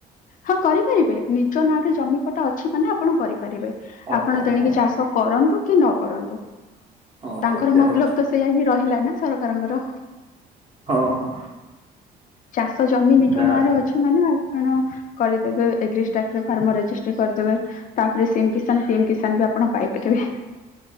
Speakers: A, on the left (about 50°); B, on the right (about 35°).
A: ହଁ କରିପାରିବେ ନିଜ ନାଁରେ ଜମିପଟା ଅଛି ମାନେ ଆପଣ କରିପାରିବେ
B: ଓହୋ
A: ଆପଣ ତଣିକି
B: ହଁ।
A: ଚାଷ କରନ୍ତୁ କି ନ କରନ୍ତୁ।
B: ଓହୋ
A: ତାଙ୍କର
B: ଯା
A: ମତଲବ
B: ହଉ
A: ତ ସେଇୟା ହିଁ ରହିଲା ନା ସରକାରଙ୍କର।
B: ହଁ ହଁ
A: ଚାଷଜମି ନିଜ
B: ତା
A: ନାଁରେ ଅଛ ମାନେ ଆପଣ କରିଦେବେ ଏଗ୍ରା ଫାର୍ମ ରେଜିଷ୍ଟ୍ରି କରିଦେବେ। ତାପରେ ସିମ କିଷାନ ପିମ କିଷାନ ବି ଆପଣ ପାଇପାରିବେ।